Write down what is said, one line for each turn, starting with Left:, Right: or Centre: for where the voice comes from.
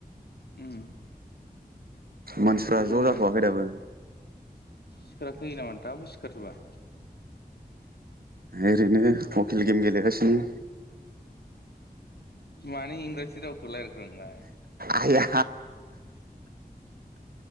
Left: उम
Right: मानसिफ्रा
Left: बेखौ
Right: ज
Left: लुगोन
Right: जाथवाखै दाबो
Left: सिखाराखै नामा दाबो सिखारजोबा?
Right: ओरैनो हकेल गेम गेलेगासिनो
Left: मानि इंराजि रावखौलाय रायलायखोब्रा नोंलाय?
Right: आइया